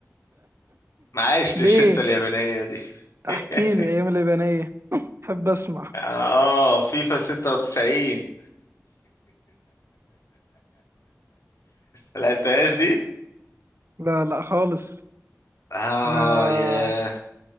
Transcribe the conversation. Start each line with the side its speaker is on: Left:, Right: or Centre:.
Left: ما عشتش
Right: ليه
Left: انت اليابانية دي <laughs>
Right: احكي لي ايام اليابانية حب اسمع
Left: اه فيفا 96 ما <laughs> لعبتهاش دي
Right: لا لا خالص
Left: اه
Right: انا
Left: يا